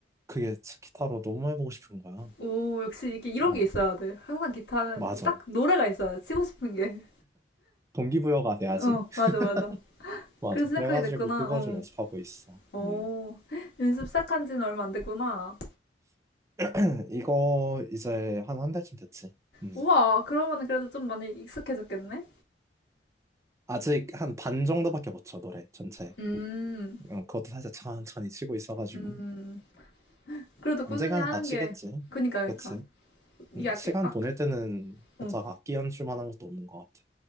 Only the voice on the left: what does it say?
오, 역시 이게 이런
게 있어야 돼. 항상 기타는
딱 노래가 있어야 돼. 치고 싶은 게.
어,
맞아, 맞아.
그래서 시작하게
됐구나.
어,
오,
<laughs> 연습 시작한 지는 얼마 안 됐구나.
우와, 그러면 그래도 좀 많이 익숙해졌겠네?
음,
음. 그래도
꾸준히 하는
게, 그니까, 그니까.
이게
아까,
아까,
응.